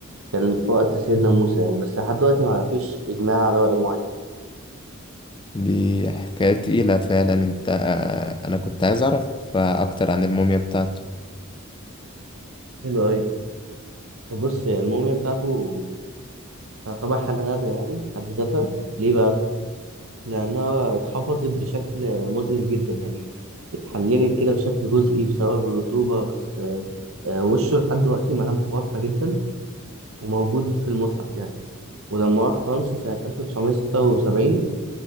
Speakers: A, on the right; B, on the left.
A: كان في وقت سيدنا موسى يعني بس لحد دلوقتي ما فيش إجماع على رأي معين
B: دي حكاية تقيلة فعلا أنت آه، أنا كنت عايز أعرف آه، أكتر عن الموميا بتاعته
A: حلو أوي طب بص هي الموميا بتاعته تعتبر حالة نادرة يعني في حد ذاتها ليه بقى؟ لأنها اتحفظت بشكل مذهل جدا يعني اتحللت كده بشكل جزئي بسبب الرطوبة بس آه، آه، وشه لحد دلوقتي ملامحه واضحة جدا وموجود في المتحف يعني ولما راح فرنسا سنة 1976